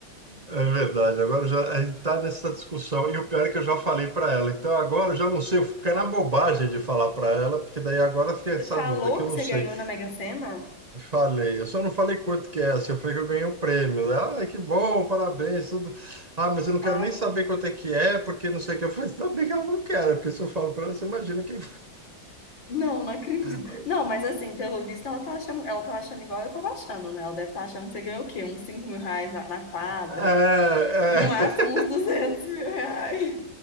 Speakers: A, on the right; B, on the left.
A: É verdade, agora já a gente está nessa discussão. E o pior é que eu já falei para ela. Então agora eu já não sei, eu fiquei na bobagem de falar para ela, porque daí agora fica essa
B: Você falou
A: dúvida que eu
B: que
A: não
B: você
A: sei.
B: ganhou na Mega Sena?
A: Falei, eu só não falei quanto que é, assim, eu falei que eu ganhei um prêmio. Ela, Ai, que bom, parabéns, tudo. Ah, mas eu não quero
B: Ah,
A: nem saber quanto é que é, porque não sei o que eu faço. Ainda bem que ela não quer, né? porque se eu falo para ela, você imagina quem
B: Não, não acredito.
A: fala.
B: Não, mas assim, pelo visto, ela tá achando, ela tá achando igual eu tava achando, né? Ela deve estar achando que você ganhou o quê? Uns 5 mil reais na, na quadra.
A: É, é
B: No máximo, uns 200 <laughs> mil reais.